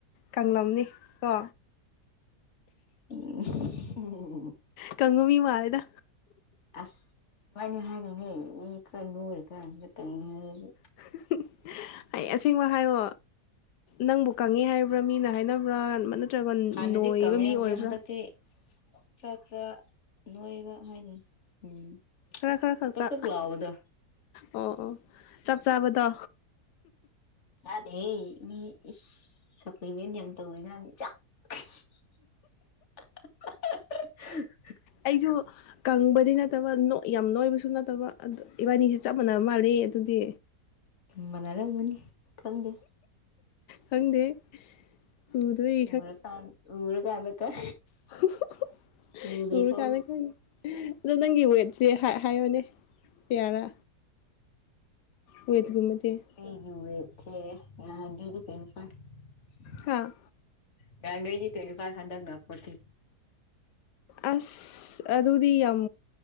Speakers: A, on the left; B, on the left.
A: ꯀꯪꯂꯝꯅꯤ ꯀꯣ
B: ꯎ <unintelligible>
A: ꯀꯪꯕ ꯃꯤ ꯃꯥꯜꯂꯦꯗ
B: ꯑꯁ ꯃꯥꯏꯅꯗꯤ ꯍꯥꯏꯅꯨꯍꯦ ꯃꯤ ꯈꯔ ꯅꯣꯏꯔꯤꯀꯥꯟꯁꯤꯗ ꯀꯪꯉꯦ ꯍꯥꯏꯗꯤ
A: <unintelligible> ꯑꯩ ꯑꯁꯦꯡꯕ ꯍꯥꯏꯌꯣ ꯅꯪꯕꯨ ꯀꯪꯉꯦ ꯍꯥꯏꯔꯤꯕ꯭ꯔꯥ ꯃꯤꯅ ꯍꯥꯏꯅꯕ꯭ꯔꯥ ꯅꯠꯇ꯭ꯔꯒ
B: ꯍꯥꯟꯅꯗꯤ
A: ꯅꯣꯏꯕ
B: ꯀꯪꯉꯦ
A: ꯃꯤ
B: ꯍꯧꯖꯤꯛ
A: ꯑꯣꯏꯕ꯭ꯔꯥ
B: ꯍꯟꯗꯛꯇꯤ ꯈꯔ ꯅꯣꯏꯕ ꯍꯥꯏꯅꯤ ꯎꯝ
A: ꯈꯔ ꯈꯔ ꯈꯛꯇ
B: ꯀꯛ ꯀꯛ ꯂꯥꯎꯕꯗꯣ
A: ꯑꯣ ꯑꯣ ꯆꯞ ꯆꯥꯕꯗꯣ
B: ꯆꯥꯗꯦꯍꯦ ꯃꯤ ꯏꯁ ꯁꯞꯄ꯭ꯂꯤꯃꯦꯟ ꯌꯥꯝ ꯇꯧꯔꯤꯖꯥꯠꯅꯤ ꯆꯥ <unintelligible>
A: ꯑꯩꯁꯨ ꯀꯪꯕꯗꯤ ꯅꯠꯇꯕ ꯅꯣ ꯌꯥꯝ ꯅꯣꯏꯕꯁꯨ ꯅꯠꯇꯕ ꯏꯕꯥꯅꯤꯁꯦ ꯆꯞ ꯃꯥꯟꯅꯕ ꯃꯥꯜꯂꯤ ꯑꯗꯨꯗꯤ
B: ꯃꯟꯅꯔꯝꯒꯅꯤ ꯈꯪꯗꯦ
A: ꯈꯪꯗꯦ ꯎꯗꯣꯏ
B: ꯎꯔꯀꯥꯟ ꯎꯔꯀꯥꯟꯗ ꯀ
A: <unintelligible>
B: ꯎꯗ꯭ꯔꯤꯐꯥꯎ
A: ꯎꯔ ꯀꯥꯟꯗ ꯈꯪꯅꯤ ꯑꯗꯣ ꯅꯪꯒꯤ ꯋꯦꯠꯁꯦ ꯍꯥ ꯍꯥꯏꯌꯣꯅꯦ ꯀꯌꯥꯔꯥ ꯑꯣꯏꯗꯨꯒꯨꯝ <unintelligible>
B: ꯑꯩꯒꯤ ꯋꯦꯠꯁꯦ ꯅꯍꯥꯟꯒꯩꯗꯤ <unintelligible>
A: ꯍꯥꯥ
B: ꯅꯍꯥꯟꯒꯩꯗꯤ ꯇ꯭ꯋꯦꯟꯅꯤ ꯐꯥꯏ ꯈꯟꯗꯛ ꯅ ꯐꯣꯔꯇꯤ
A: ꯑꯁ ꯑꯗꯨꯗꯤ ꯌꯥꯝ